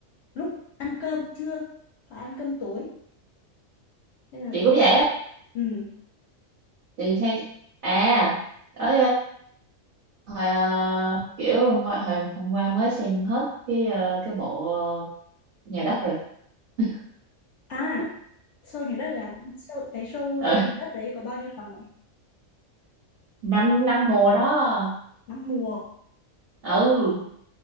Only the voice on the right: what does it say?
<laughs>
chị cũng vậy á
chị thấy à ở Hồi, ờ, kiểu hôm qua hồi hôm qua mới xem hết cái ờ, cái bộ ờ, nhà đất rồi <laughs>
ừ.
năm năm mùa đó
ừ